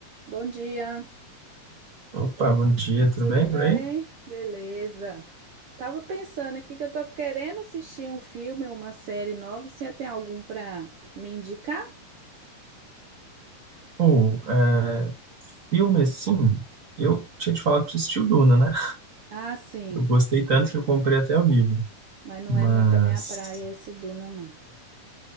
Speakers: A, on the right; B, on the right.
A: Bom dia,
B: Opa, bom dia, tudo
A: tudo
B: bem
A: bem?
B: por aí?
A: Beleza. Tava pensando aqui que eu tô querendo assistir um filme, uma série nova. Você tem algum para me indicar?
B: Pô, é, filme assim, eu tinha te falado pra você assistir o Duna, né?
A: Ah, sim,
B: Eu gostei tanto que eu comprei até o livro.
A: mas não
B: Mas,
A: é muito a minha praia esse Duna, não.